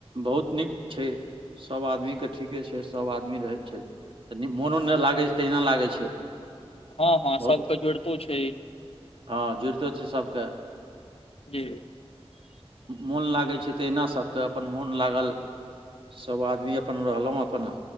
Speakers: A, on the right; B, on the left.
A: बहुत नीक छिय। सभ आदमीके ठीके छै, सभ आदमी रहै छै, मोनो तहिना लागै छै।
B: हँ- हँ,
A: बहुत
B: सभके जोड़ितो छै।
A: हँ, जुड़ितो छै सबके।
B: जी
A: मोन लागै छै, तहिना सभके अपन मोन लागल सब आदमी अपन रहलहुँ, अपन